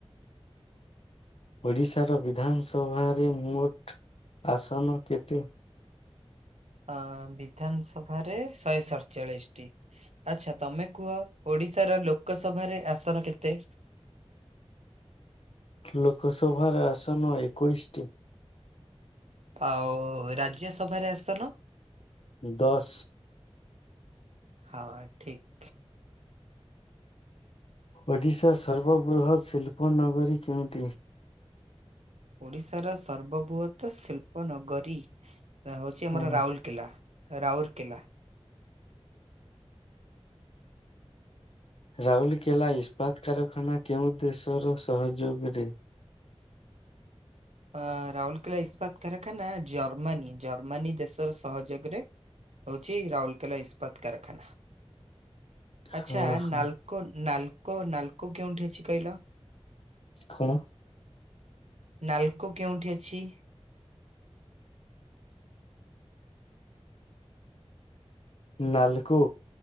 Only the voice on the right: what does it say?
ଅ ବିଧାନ ସଭାରେ ଶହେ ସରଚାଳିଶଟି। ଆଚ୍ଛା ତମେ କୁହ ଓଡିଶାର ଲୋକସଭାରେ ଆସନ କେତେ?
ଆଉ ରାଜ୍ୟସଭାରେ ଆସନ।
ହଁ ଠିକ।
ଓଡିଶାର ସର୍ବବୃହତ ଶିଳ୍ପ ନଗରୀ। ହଉଛି
ଆମର ରାଉଲ କିଲା ରାଉରକିଲା।
ଆ ରାଉରକେଲା ଇସ୍ପାତ କାରଖାନା ଜର୍ମାନୀ ଜର୍ମାନୀ ଦେଶର ସହଯୋଗରେ ହଉଚି ରାଉରକେଲା ଇସ୍ପାତ କାରଖାନା। ଆଚ୍ଛା
ନାଲକୋ ନାଲକୋ ନାଲକୋ କେଉଁଠି ଅଛି କହିଲ?
ନାଲକୋ କେଉଁଠି ଅଛି?